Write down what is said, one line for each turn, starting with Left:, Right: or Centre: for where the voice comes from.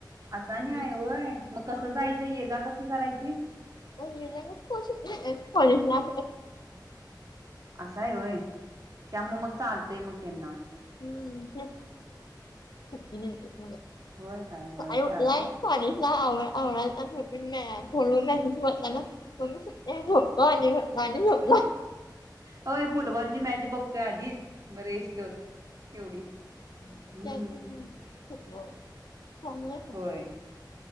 Right: असा आणि आहे
Left: मग ते
Right: होय मग कसं जायचं? ये जा कशी करायची?
Left: <unintelligible> कॉलेज ला
Right: असाय होय, त्यामुळ मग चालतय मग त्यांना.
Left: हम्म <unintelligible> <unintelligible>
Right: होय काय होय
Left: पाणी
Right: चालते
Left: लय लय आवड्याचा फोन वर मेसेज वाचला ना बोलू शकतेस तू पाणी <unintelligible>
Right: हो फुटबॉलची मॅच बघतोय आधीच <unintelligible> एवढी
Left: <unintelligible>
Right: हम्म
Left: <inaudible>
Right: होय